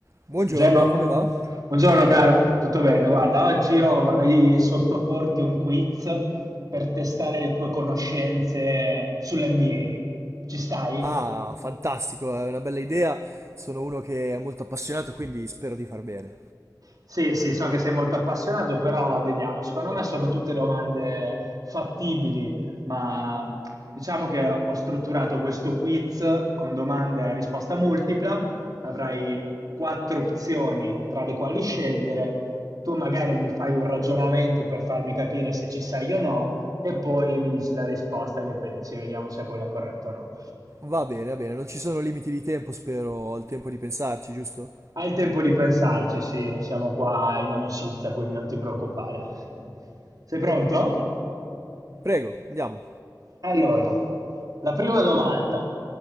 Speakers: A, on the right; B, on the right.
A: Buongiorno,
B: Buongiorno.
A: come va?
B: Buongiorno caro, tutto bene? Guarda, oggi io vorrei sottoporti un quiz per testare le tue conoscenze sull'NBA. Ci stai?
A: Ah, fantastico, è una bella idea. Sono uno che è molto appassionato, quindi spero di far bene.
B: Sì, sì, so che sei molto appassionato, però vediamo. Secondo me sono tutte domande fattibili, ma diciamo che ho strutturato questo quiz con domande a risposta multipla. Avrai quattro opzioni tra le quali scegliere. Tu magari mi fai un ragionamento per farmi capire se ci sei o no, e poi mi dici la risposta che pensi, vediamo se è quella corretta o no.
A: Va bene, va bene, non ci sono limiti di tempo, spero. Ho il tempo di pensarci, giusto?
B: Hai il tempo di pensarci, sì, siamo qua in amicizia, quindi non ti preoccupare. Sei pronto?
A: Prego, andiamo.
B: Allora, la prima domanda.